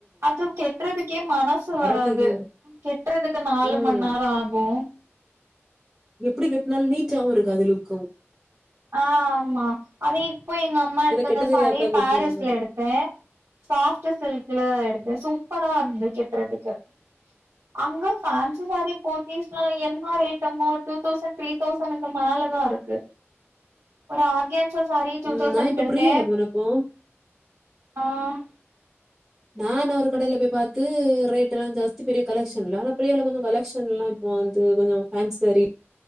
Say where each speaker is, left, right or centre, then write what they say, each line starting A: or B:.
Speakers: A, on the right; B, on the right.
A: அது கெட்றதுக்கே மனசு வராது
B: அடக்கக்கே
A: கெட்றதுக்கு நாலு
B: ம்.
A: மண் நேரம் ஆகும்
B: எப்டி கட் நல்ல நீட்டாவு இருக்காது லுக்கு
A: ஆஹ் ஆமா அதே இப்போ எங்க அம்மா எடுத்தந்த
B: இத கெட்ட தெரியாதா
A: சாரீ
B: கெட்டுன
A: பாரிஸ்ல
B: மாரி
A: எடுத்தே சாப்ட் சில்க்ல எடுத்தே சூப் பரா இருந்து கெட்டுறதுக்கு அங்க ஃபேன்சி சாரி போத்தீஸ்லலா என்ன ரேட்டு மோ டூ தௌசண்ட் த்ரீ தௌசண்க்கு மேலதா இருக்கு ஒரு ஆர்கேன்சா சாரி டூ
B: ம்
A: தௌசண்க்கு
B: நா இப்ப
A: எடுத்தே
B: பிரியால போனப்போ
A: ஆஹ்
B: நான் ஒரு கடையில போய் பாத்து ரேட் எல்லா ஜாஸ்தி பெரிய கலெக்ஷன் இல்ல ஆனா பிரியால கொஞ்ச கலெக்ஷன்லா இப்போ வந்து கொஞ்சோ ஃபேன்சி சாரி